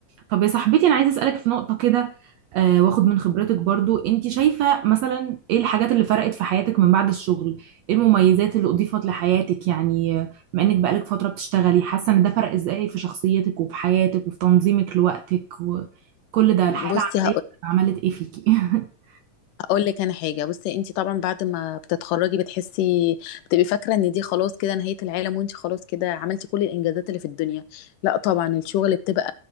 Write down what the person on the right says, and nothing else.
طب يا صاحبتي انا عايزه اسالك في نقطه كده آه واخد من خبرتك برضو انت شايفه مثلا ايه الحاجات اللي فرقت في حياتك من بعد الشغل ايه المميزات اللي اضيفت لحياتك يعني آه، بما انك بقالك فتره بتشتغلي حاسه ان ده فرق ازاي في شخصيتك وفي حياتك وفي تنظيمك لوقتك وكل ده
الحياه العمليه عملت ايه فيكي <laughs>